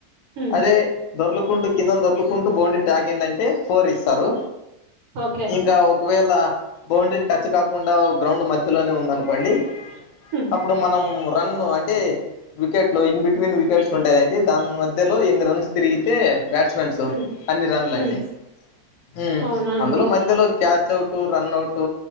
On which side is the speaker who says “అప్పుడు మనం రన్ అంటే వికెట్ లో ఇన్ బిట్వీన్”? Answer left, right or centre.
Left